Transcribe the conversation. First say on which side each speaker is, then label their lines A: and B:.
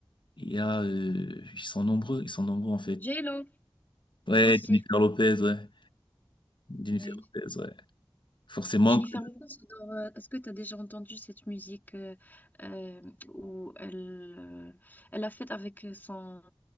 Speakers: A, on the left (about 60°); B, on the left (about 20°).
A: il y a, euh, ils sont nombreux, ils sont nombreux, en fait.
B: J-Lo
A: Ouais,
B: aussi.
A: Jennifer Lopez, ouais. Jennifer
B: Oui.
A: Lopez, ouais. Forcément
B: Jennifer
A: que...
B: Lopez, j'adore, euh, Est-ce que tu as déjà entendu cette musique euh, euh, où elle, euh, elle a fait avec son,